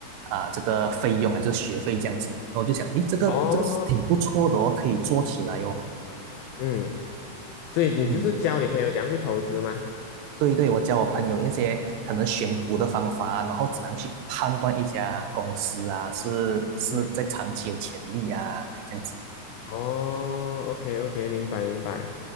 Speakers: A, on the right (about 80°); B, on the left (about 80°).
A: 啊、这个费用啊，就是学费这样子，然后我就想，诶，这个这个是挺不错的哦，
B: 哦，
A: 可以做起来哦，
B: 嗯，所以你就是教你朋友怎样去投资吗？
A: 嗯。对对，我教我朋友一些可能选股的方法，然后怎么样去判断一家公司啊，是是在长期有潜力啊，
B: 嗯，
A: 这样子。
B: 哦，OK OK，明白明白。